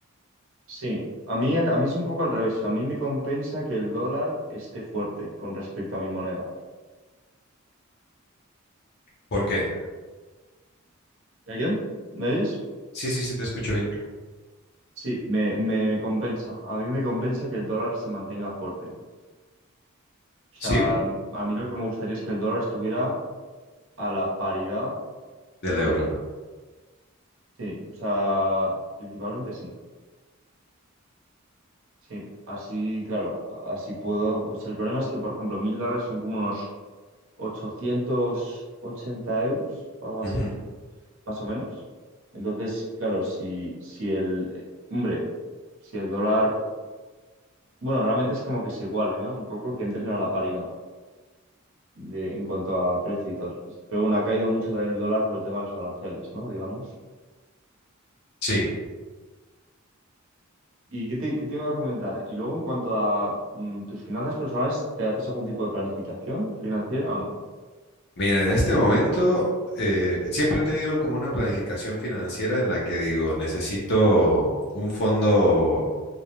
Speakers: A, on the right (about 65°); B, on the left (about 50°).
A: Sí, a mí, a mí es un poco al revés. A mí me compensa que el dólar esté fuerte con respecto a mi moneda.
B: ¿Por qué?
A: ¿Alguien? ¿Me oyes?
B: Sí, sí, sí, te escucho bien.
A: Sí, me, me compensa. A mí me compensa que el dólar se mantenga fuerte. O
B: Sí,
A: sea, a mí lo que me gustaría es que el dólar estuviera a la paridad.
B: del
A: Bueno,
B: euro.
A: sí, o sea, principalmente sí. Sí, así, claro, así puedo. O sea, el problema es que, por ejemplo, mil dólares son como unos 880 euros o algo así,
B: Ujú.
A: más o menos. Entonces, claro, si, si el, hombre, si el dólar, bueno, realmente es como que se igualen, ¿no? Un poco que entren a la paridad. de, en cuanto a precios. Pero bueno, ha caído mucho también el dólar por el tema de los aranceles, ¿no? Digamos.
B: Sí.
A: ¿Y qué te, qué te iba a comentar? Y luego, en cuanto a mm, tus finanzas personales, ¿te haces algún tipo de planificación financiera o no?
B: Mira, en este momento eh, siempre he tenido como una planificación financiera en la que digo, necesito un fondo